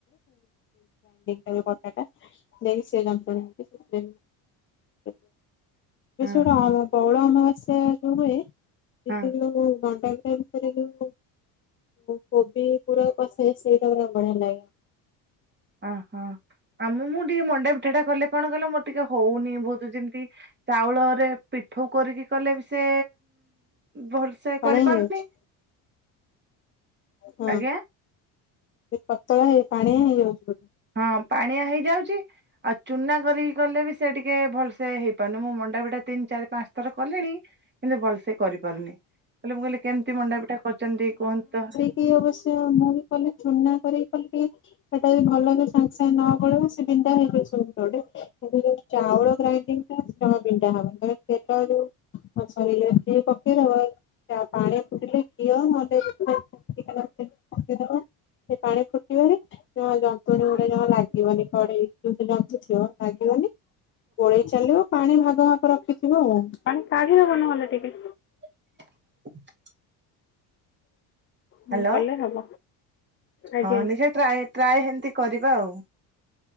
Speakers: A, on the left; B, on the right.
A: କରିଦବ ବଟା ଟା ସେ ଜନ୍ତୁଅଣି ବଟା
B: ହଁ ହଁ
A: ଆ <unintelligible> କଉଳ ଅମାବାସ୍ୟା ଯୋଉ ହୁଏ
B: ହଁ
A: ସେ ଯୋଉ ଗଣ୍ଡା ରେ ଯୋଉ କୋବି ପୁଡା କଷେଇ ସେଇଟା ପୁରା ବଢିଆ ଲାଗେ।
B: ଓହୋ ଆଉ ମୁଁ ମୁଁ ଟିକେ ମଣ୍ଡା ପିଠାଟା କଲେ କଣ କହିଲ ମୋର ଟିକେ ହଉନି ବହୁତ ଯେମତି ଚାଉଳରେ ପିଠୋଉ କରିକି କଲେ ବି ସେ ଭଲସେ
A: ପାଣିଆ
B: କରିପାରୁନି।
A: ହେଇଯାଉଛି ହଁ
B: ଆଜ୍ଞା।
A: ଏ ପତଳା ଏ ପାଣିଆ ହେଇଯାଉଥିବା <unintelligible>
B: ହଁ ପାଣିଆ ହେଇଯାଉଛି। ଆଉ ଚୁନା କରିକି କଲେ ବି ସେ ଟିକେ ଭଲସେ ହେଇପାରୁନି ମୁଁ ମଣ୍ଡା ବିିଟା ତିନି ଚାରି ପାଞ୍ଚ ଥର କଲିଣି। ହେଲେ ଭଲସେ କରିପାରୁନି କଲେ ମୁଁ କହିଲି କେମିତି ମଣ୍ଡାପିଠା କରିଛନ୍ତି ଟିକେ କୁହନ୍ତ ତ।
A: କି ଅବଶ୍ୟ ମୁଁ ବି କଲେ ଚୁନା କରିକି କଲେ ଟିକେ ହେଟା ଯଦି ଭଲକି ସାଙ୍ଗେ ସାଙ୍ଗେ ନ ଗୋଳିବ ସେ ବିଣ୍ଡା ହେଇଯିବ ସବୁ ଗୋଟେ ଚାଉଳ ଗ୍ରାଇଣ୍ଡିଙ୍ଗ ଟା ଜମା ବିଣ୍ଡା ହବନି ତମେ ତେଲରୁ ଆଚ୍ଛା <unintelligible> ପକେଇିଦବ ପାଣିଆ ଫୁଟିଲେ ଘିଅ ନହେଲେ ରିଫାଇନ <unintelligible> ପକେଇ ଦବ ସେ ପାଣି ଫୁଟିବଣି ଜମା ଯନ୍ତୁଣୀ ଗୁଡା ଜମା ଲାଗ ଲାଗିବନି କଡେଇ ଯୋଉଠି ଜନ୍ତି ଥିବ ଲାଗିବନି ଗୋଳେଇ ଚାଲିବ ପାଣି ଭାଗ ମାପ ରଖିଥିବ ଆଉ ପାଣି କାଢିଦବ ନହେଲେ ଟିକେ।
B: <inaudible> ହ୍ୟାଲୋ
A: ହଁ କଲେ ହବ। ଆଜ୍ଞା।
B: ହଁ ଦେଖିବା ଟ୍ରାଏ, ଟ୍ରାଏ ସେମିତି କରିବା ଆଉ।